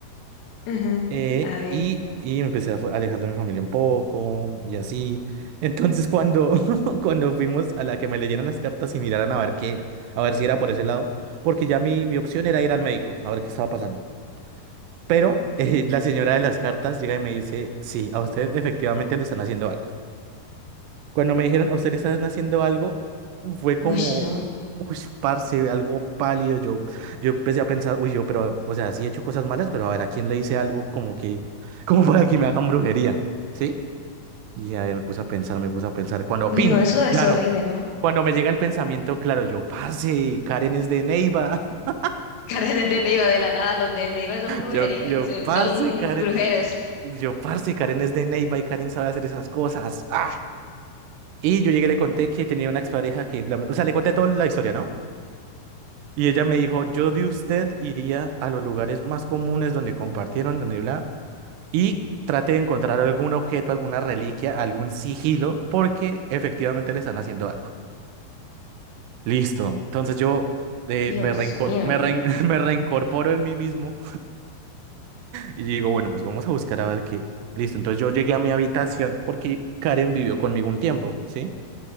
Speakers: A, on the left; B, on the right.
A: Ujú.
B: Eh,
A: A ver.
B: y, y me empecé a fu- alejar de mi familia un poco y así. Entonces cuando, <laughs> cuando fuimos a la que me leyeran las cartas y miraran a ver qué, a ver si era por ese lado, porque ya mi, mi opción era ir al médico, a ver qué estaba pasando. Pero eh, la señora de las cartas llega y me dice, sí, a usted efectivamente le están haciendo algo. Cuando me dijeron, a usted le están haciendo algo, fue
A: Uy,
B: como,
A: no.
B: uy, parce, algo pálido. Yo, yo empecé a pensar, uy, yo, pero, o sea, sí he hecho cosas malas, pero a ver, ¿a quién le hice algo como que, <laughs> como para que me hagan brujería? ¿Sí? Y ahí me puse a pensar, me puse a pensar. Cuando,
A: Uy,
B: pin,
A: no, eso debe
B: claro.
A: ser horrible, ¿no?
B: Cuando me llega el pensamiento, claro, yo, parce, Karen es de Neiva. <laughs>
A: <laughs> Karen de Neiva, de la nada, los de Neiva son brujería,
B: Yo, yo,
A: son,
B: parce,
A: son
B: Karen.
A: brujeros.
B: Yo, parce, Karen es de Neiva y Karen sabe hacer esas cosas. ¡Ah! Y yo llegué y le conté que tenía una expareja que bla, bla. O sea, le conté toda la historia, ¿no? Y ella me dijo, yo de usted iría a los lugares más comunes donde compartieron, donde bla, y trate de encontrar algún objeto, alguna reliquia, algún sigilo, porque efectivamente le están haciendo algo. Listo. Entonces yo eh,
A: Dios
B: me reinco-
A: mío.
B: me rein- <laughs> me reincorporo en mí mismo Y yo digo, bueno, pues vamos a buscar a ver qué. Listo, entonces yo llegué a mi habitación porque Karen vivió conmigo un tiempo, ¿sí?